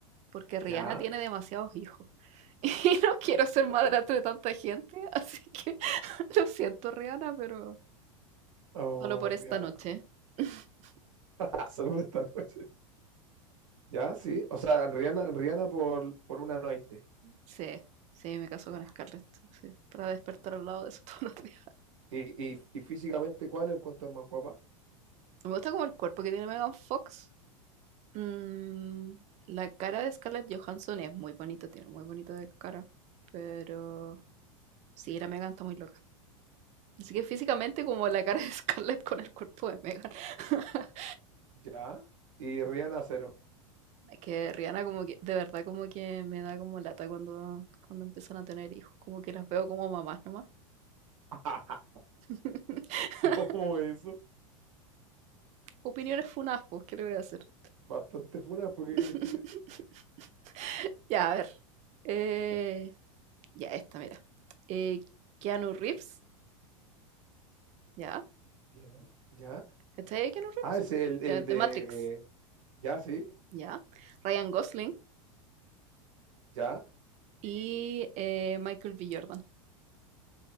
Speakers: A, on the right; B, on the right.
A: porque Rihanna
B: Ya.
A: tiene demasiados hijos <laughs> y no quiero ser madrastra de tanta gente, así que <laughs> lo siento, Rihanna, pero
B: Oh,
A: solo por esta
B: Rihanna.
A: noche. <laughs>
B: Ah, solo por esta noche. Ya, sí. O sea, Rihanna, Rihanna por, por una noche.
A: Sí, sí, me caso
B: Ya.
A: con Scarlett, sí, para despertar al lado de su <laughs> todos los días.
B: ¿Y, y, y físicamente cuál la encuentras más guapa?
A: Me gusta como el cuerpo que tiene Megan Fox. Mm, la cara de Scarlett Johansson es muy bonita, tiene muy bonita de cara. Pero sí, la Megan está muy loca. Así que físicamente
B: Sí.
A: como la cara <laughs> de Scarlett con el cuerpo de Megan. <laughs>
B: Ya. Y Rihanna cero.
A: Es que Rihanna como que, de verdad como que me da como lata cuando, cuando empiezan a tener hijos. Como que las veo como mamás nomás.
B: <laughs>
A: <laughs>
B: ¿Cómo eso?
A: Opiniones funas, pues, ¿qué le voy a hacer?
B: Bastante funa, ¿por qué
A: <laughs>
B: querés que te...
A: Ya, a ver. Eh,
B: Ya.
A: Ya, esta, mira. Eh, Keanu Reeves, ya.
B: ¿Quién? era? ¿Ya?
A: ¿Cachai de Keanu Reeves?
B: Ah, es el, el
A: De,
B: de...
A: de Matrix,
B: Ya, sí.
A: ya. Ryan Gosling
B: Ya.
A: y eh, Michael B. Jordan.